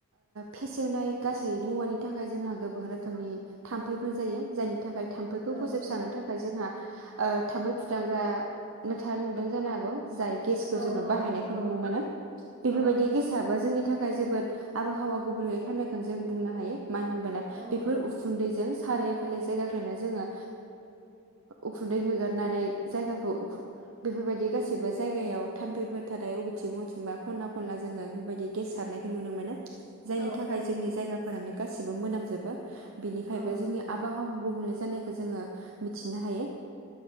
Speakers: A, on the right; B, on the right.
A: फेसेवनाय गासै मुवानि थाखाय जोंहा गोबां रोखोमनि थाम्फैफोर जायो जायनि थाखाय थाम्फैखौ
B: औ
A: फोजोबस्रांनो थाखाय जोंहा थाम्फै फुथारग्रा नोंथाङा नुदों जानो हागौ जाय गेसखौ
B: औ
A: जोङो बाहायनायखौ
B: औ
A: नुनो मोनो बेफोरबायदि
B: औ
A: गेसाबो जोंनि नि थाखाय जोबोद आबहावा गुबुंले खालामनायखौनो जों बुंनो हायो मानो होनबाना
B: औ
A: बेफोर
B: औ
A: उखुन्दैजों सारफाले जायगाखौनो जोङो उखुन्दै होगारनानै जायगाखौ बेफोरबायदि गासैबो जायगायाव थाम्फैफोर थानाय अबेथिं अबेथिंबा खनला खनला जोङो बेफोरबायदि गेस सारनायखौ नुनो मोनो जायनि
B: औ
A: थाखाय
B: औ
A: जोंनि जायगा फोरानो गासिबो मोनामजोबो बिनिखायबो
B: औ
A: जोंनि आबहावा आबहावा गुबुंले जानायखौ जोङो मिथिनो हायो